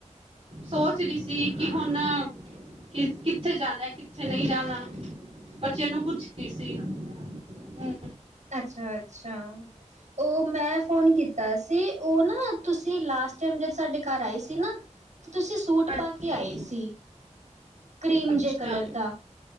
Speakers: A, on the right; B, on the right.
A: ਸੋਚ ਰਹੀ ਸੀ ਕਿ ਹੁਣ ਕਿੱਥੇ ਜਾਣਾ ਕਿੱਥੇ ਨਹੀਂ ਜਾਣਾ ਬੱਚਿਆਂ ਨੂੰ ਪੁੱਛੀ ਸੀ ਹਮ
B: ਅੱਛਾ ਅੱਛਾ ਉਹ ਮੈਂ ਫੋਨ ਕੀਤਾ ਸੀ ਉਹ ਨਾ ਤੁਸੀਂ ਲਾਸਟ ਟਾਈਮ ਜਦ ਸਾਡੇ ਘਰ ਆਏ ਸੀ ਨਾ ਤੇ ਤੁਸੀਂ ਸੂਟ
A: ਹਾਂਜੀ
B: ਪਾ ਕੇ ਆਏ ਸੀ ਕਰੀਮ
A: ਅੱਛਾ
B: ਜੇ ਕਲਰ ਦਾ